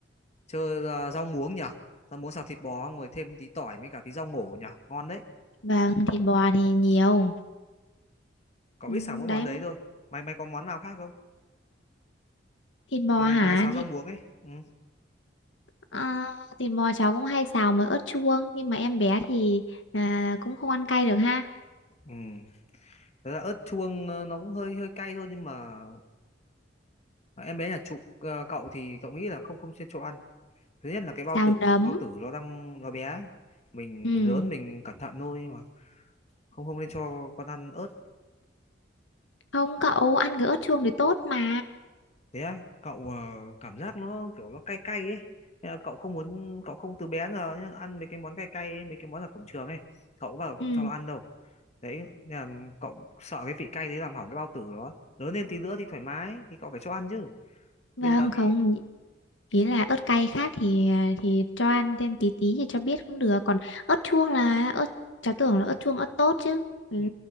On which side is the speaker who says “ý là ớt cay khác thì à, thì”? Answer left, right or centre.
Left